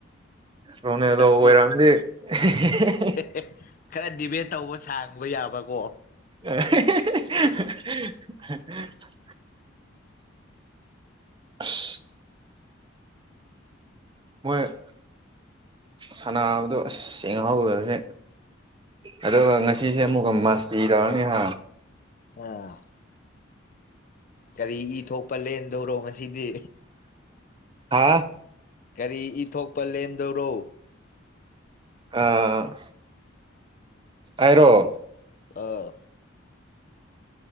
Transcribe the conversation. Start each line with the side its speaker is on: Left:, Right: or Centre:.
Right: ꯔꯣꯅꯦꯜꯗꯣ
Left: ꯍꯟꯗꯛꯇꯤ
Right: ꯑꯣꯏꯔꯝꯅꯤ ꯍꯦ ꯍꯦ ꯍꯦ꯫
Left: <unintelligible> ꯈꯔ ꯗꯤꯕꯦꯠ ꯇꯧꯕ ꯁꯥꯡꯕ ꯌꯥꯕꯀꯣ꯫
Right: <unintelligible> <unintelligible> ꯑꯁ ꯃꯣꯏ꯫ ꯁꯥꯟꯅꯕꯗꯣ ꯑꯁ ꯌ‌ꯦꯡꯍꯧꯗ꯭ꯔꯗꯤ ꯑꯗꯨꯒ ꯉꯁꯤꯁꯦ ꯑꯃꯨꯛꯀ ꯃꯁꯇꯤ ꯇꯧꯔꯅꯤꯍꯥ꯫
Left: ꯑꯥ꯫ ꯀꯔꯤ ꯏ ꯊꯣꯛꯄ ꯂꯦꯟꯗꯧꯔꯣ ꯉꯁꯤꯗꯤ꯫
Right: ꯍꯥ
Left: ꯀꯔꯤ ꯏ ꯊꯣꯛꯄ ꯂꯦꯟꯗꯧꯔꯣ
Right: ꯑꯥ ꯑꯥꯏꯔꯣ
Left: ꯑꯥ